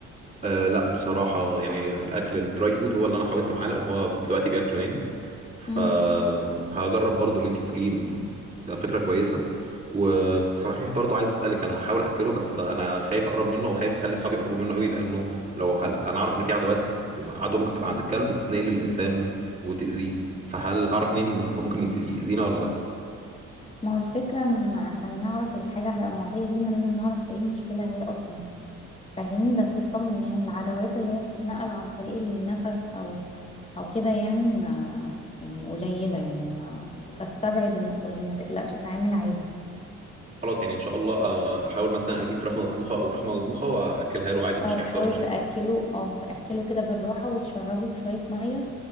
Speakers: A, on the right; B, on the left.
A: أه لا بصراحة يعني الأكل الدراي فود هو اللي أنا حاولت معاه لأن هو دلوقتي بياكله يعني فهجرب
B: ده
A: برضو اللي أنت بتقوليه ده فكرة كويسة وكنت صحيح برضو عايز أسألك أنا هحاول أكله بس أنا خايف أقرب منه وخايف أخلي أصحابي يقربوا منه قوي لأنه لو هل... أنا عارف إن في عدوات عدوى ممكن تبقى عند الكلب تتنقل للإنسان وتأذيه فهل أعرف منين هو ممكن يت- يأذينا ولا لأ
B: ما هو الفكرة ان عشان نعرف الحاجة هتبقى معدية لينا لازم نعرف ايه المشكلة هي اصلا فاهمني بس اطمن يعني العدوات اللي هي بتتنقل عن طريق النفس او او كده يعني ما يعني قليلة يعني ما فاستبعد النقطة دي ما تقلقش اتعامل عادي
A: خلاص يعني إن شاء الله آه، أحاول مثلا أجيب فراخ مطبوخة أو لحمة مطبوخة وأكلها له عادي مش
B: او
A: هيحصل
B: حاول
A: لي مشاكل
B: تأكله او تأكله كده بالراحة وتشربه شوية مية